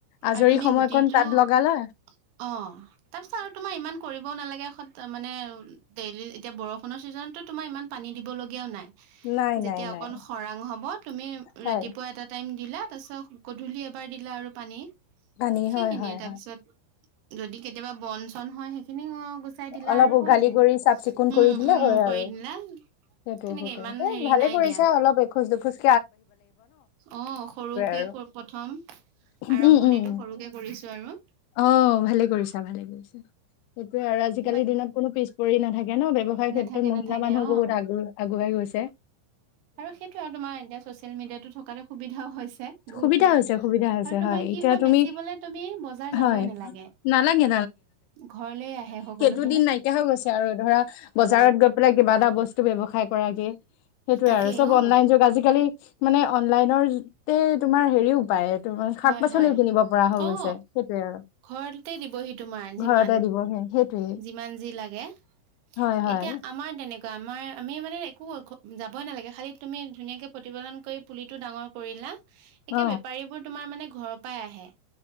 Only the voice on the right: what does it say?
আৰু তুমি
গুটিটো
অ',
তাৰ পাছত আৰু তোমাৰ ইমান কৰিবও নালাগে মানে ডেইলি এতিয়া বৰষুণৰ ছিজনতো তোমাৰ ইমান পানী দিবলগীয়াও নাই।
যেতিয়া
অকন খৰাং হ'ব তুমি
ৰাতিপুৱা এটা টাইম দিলা তাৰপিছত গধূলি এবাৰ দিলা আৰু পানী
সেইখিনিয়ে
তাৰ
পিছত যদি কেতিয়াবা বন চন হয় সেইখিনিও আও গুচাই দিলা
আৰু
হৈ যায়,
উম-উম
কৰি দিলা।
তেনেকে
ইমান হেৰি
নাই
দিয়া।
অ', সৰুকে
প্ৰথম
আৰম্ভণিটো
সৰুকে কৰিছো আৰু
বাক
নাথাকে
নাথাকে
অ'।
আৰু সেইটো আৰু তোমাৰ এতিয়া চচিয়েল মিডিয়াতো থকাটো সুবিধাও হৈছে বহুতখিনি
আৰু তোমাৰ
কি হয়
বেচিবলে তুমি বজাৰ যাবই
নালাগে।
ঘৰলেই আহে সকলো
আৰু
তাকে
অ
হয় হয়
অ
ঘৰতে দিবহি তোমাৰ যিমান
যিমান যি লাগে এতিয়া
আমাৰ তেনে তেনেকুৱা আমাৰ আমি মানে একো যাবই নালাগে। খালী তুমি ধুনীয়াকে প্ৰতিপালন কৰি পুলিটো ডাঙৰ কৰিলা
একে বেপাৰী বোৰ তোমাৰ মানে ঘৰৰ পৰাই আহে।